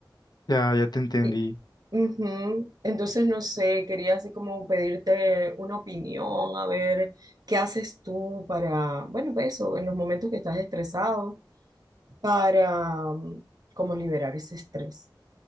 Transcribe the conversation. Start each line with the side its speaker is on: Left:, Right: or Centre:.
Left: Ya, ya te entendí.
Right: Y- ujú. Entonces, no sé, quería así como pedirte una opinión, a ver qué haces tú para, bueno, pues eso, en los momentos que estás estresado, para mm, como liberar ese estrés.